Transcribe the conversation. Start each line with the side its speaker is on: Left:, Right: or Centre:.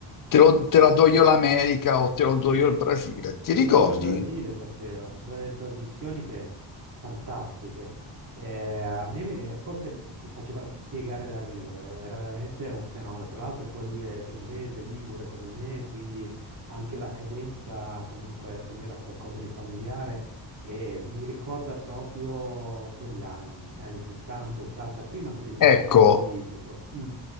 Left: te, lo- te la do io l'America o te lo
Right: Sì,
Left: do io il Brasile? Ti
Right: credo
Left: ricordi?
Right: io al Brasile faceva, faceva delle trasmissioni che, fantastiche. Eh, a me mi- eh, forse mi faceva piegare da ridere, era veramente un fenomeno. Tra l'altro poi lui è genovese, ligure come me, quindi anche la cadenza comunque per me era qualcosa di familiare e mi ricorda proprio quegli anni, anni 70, 80, prima che diventasse
Left: Ecco,
Right: un politico. Mm,